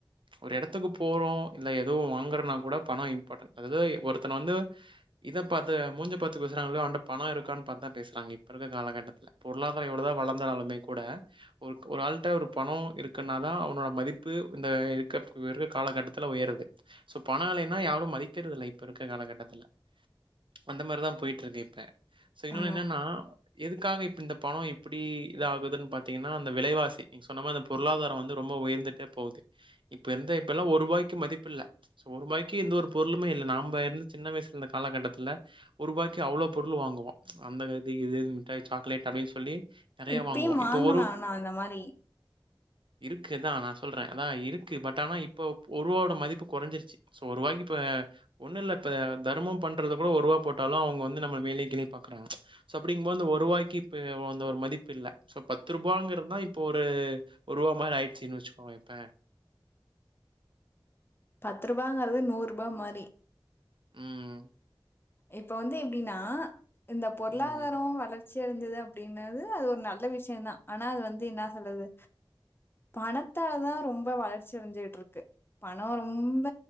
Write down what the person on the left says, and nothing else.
ஆ
இப்பயு
வாங்கலா
ஆனா அந்த மாரி
பத்து ரூபாங்கறது நூற்ருபா மாரி
இப்ப வந்து எப்டின்னா இந்த பொருளாதாரோ
வளர்ச்சி அடைஞ்சது அப்டினது அது ஒரு நல்ல விஷ யந்தா ஆனா அது வந்து இன்னா சொல்றது பணத்தாலதா ரொம்ப வளர்ச்சி அடைஞ்சிட்டு இருக்கு பணொ ரொம்ப